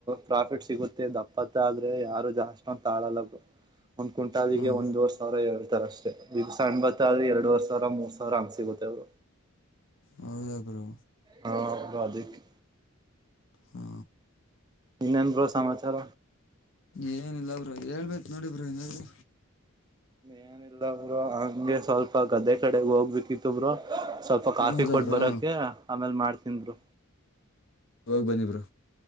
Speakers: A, on the right (about 20°); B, on the left (about 60°).
A: ಪ್ರಾಫಿಟ್ ಸಿಗುತ್ತೆ ದಪ್ಪತ್ತು ಆದ್ರೆ ಯಾರು ಜಾಸ್ಟ್ ಒಂದ್ ತಾಳಲ್ಲ ಒಂದ್ ಕುಂಟಾಲಿಗೆ
B: ಹಾಂ
A: ಒಂದವರ್ ಸಾವಿರ ಎರ ಅಷ್ಟೇ ದಸ ಅಣ್ ಬತ್್ರೆ ಎರಡ್ವರ್ ಸಾವಿರ ಮೂರ್ ಸಾವಿರ ಹಂಗ್ ಸಿಗುತ್ತೆ ಅವರು
B: ಹೌದಾ ಬ್ರೋ
A: ಹಾ ಬದುಕ್ಕೆ
B: ಹಾ
A: ಇನ್ನನ್ ಪ್ರ ಸಮಾಚಾರ
B: ಏನಿಲ್ಲ ಬ್ರೋ ಹೇಳ್ಬೇಕು ನೋಡಿ ಬ್ರರು
A: ಏನಿಲ್ಲ ಬ್ರರು ಹಂಗೆ ಸ್ವಲ್ಪ ಗದ್ದೆ ಕಡೆಗ್ ಹೋಗ್ಬೇಕಿತ್ತು ಬರು ಸ್ವಲ್ಪ ಕಾಫಿ
B: ಹೌದಾ
A: ಕೊಟ್
B: ಬ್ರೋ
A: ಬರಕ ಆಮೇಲ್ ಮಾಡ್ತನ್ರು
B: ಹೋಗ್ ಬಂದಿಬರು